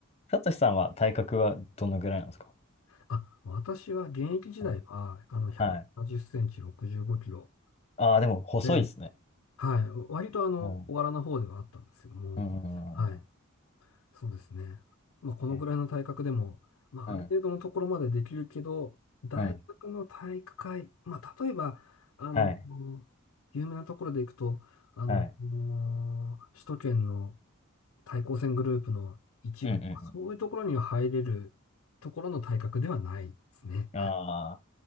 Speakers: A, on the left; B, on the left.
A: さとしさんは体格はどのぐらいなんですか
B: あ、私は現役時代は、
A: うん。
B: あの、170センチ、
A: はい。
B: 65キロ
A: ああ、でも細いですね。
B: で、はい。割とあの、
A: うん。うん、
B: 小柄な方ではあったんですけども、
A: うん、うんうん。
B: はい。そうですね。まあ、このぐらいの体格でも、
A: え
B: まあ、
A: うん、
B: ある程度のところまでできるけど、大学の体育会、
A: うん。
B: まあ、例えば、あの、
A: はい。
B: 有名なところでいくと、あの、
A: はい。
B: もう首都圏の対抗戦グループの一部とか、
A: うん、うん、
B: そういうところには入れるところの体格ではないですね。
A: うん。ああ。